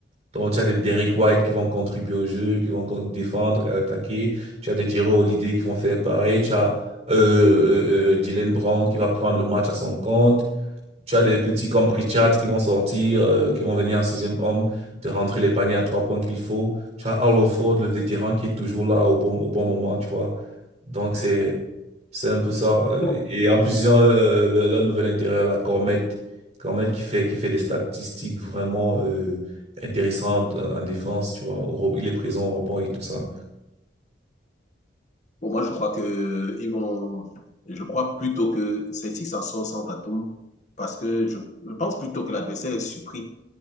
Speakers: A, on the right; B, on the left.
A: Donc, tu as des Derrick White qui vont contribuer au jeu, qui vont con- défendre et attaquer. Tu as des Jrue Holiday qui vont faire pareil. Tu as euh, euh, euh, Jaylen Brown qui va prendre le match à son compte. Tu as des petits comme Pritchard qui vont sortir, euh, qui vont venir en sixième homme, te rentrer les paniers à trois points qu'il faut. Tu as Hollowford, le vétéran, qui est toujours là au bon, au bon moment, tu vois. Donc, c'est, c'est un peu ça. Euh,
B: Bon,
A: Et en plus, ils ont euh, euh, le- leur nouvel intérieur, la Cormet. Cormet qui fait, qui fait des statistiques vraiment euh, intéressantes euh, en défense, tu vois. Au re- Il est présent au rebond et tout ça.
B: pour moi, je crois que ils vont. Je crois plutôt que Celtics en sort sans Tatum parce que je, je pense plutôt que l'adversaire est surpris